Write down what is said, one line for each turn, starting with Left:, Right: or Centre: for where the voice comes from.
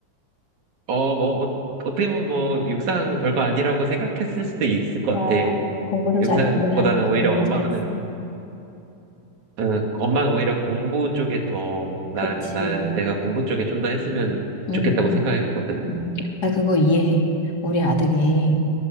Right: 어, 뭐, 어, 어떻게 보면 뭐, 육상 별거 아니라고 생각했을 수도 있을 것
Left: 아,
Right: 같아.
Left: 공부를
Right: 육상보다는
Left: 잘했구나. 공부를
Right: 오히려 엄마는,
Left: 잘했어.
Right: 어, 엄마는 오히려 공부 쪽에 더, 나,
Left: 그치.
Right: 나, 내가 공부 쪽에 좀 더 했으면
Left: 응,
Right: 좋겠다고 생각했거든.
Left: 응. 나 그거 이해해. 우리 아들이